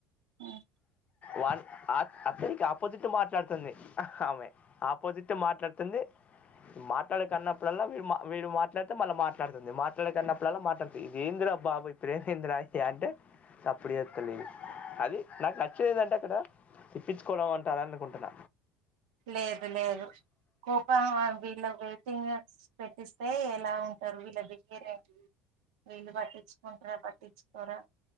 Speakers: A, on the right (about 80°); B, on the left (about 35°).
A: హ్మ్
B: వాన్ ఆ అత్తయ్యకి ఆపోజిట్ మాట్లాడుతుంది ఆమె ఆపోజిట్ మాట్లాడుతుంది. మాట్లాడకు అన్నప్పుడల్లా వీడు మ వీడు మ మాట్లడితే మళ్ళ మాట్లాడుతుంది మాట్లాడకన్నప్పుడల్లా మాట్లాడుతి ఇదేంద్రా బాబు ఈ ప్రేమ ఏందిరయ్యా అంటే సప్పుడు జేత్తలేదు అది నాకు నచ్చేది ఏది అంటే అక్కడ తిప్పిచ్ కొలం అంటారనుకుంటున్న
A: లేదు లేదు కోపం వ వీళ్ళ వెయిటింగ్స్ పెట్టిస్తే ఎలా ఉంటారు వీళ్ళ బిహేరేంది వీళ్ళు బట్టిచ్చుకుంటరా బట్టిచ్చుకోరా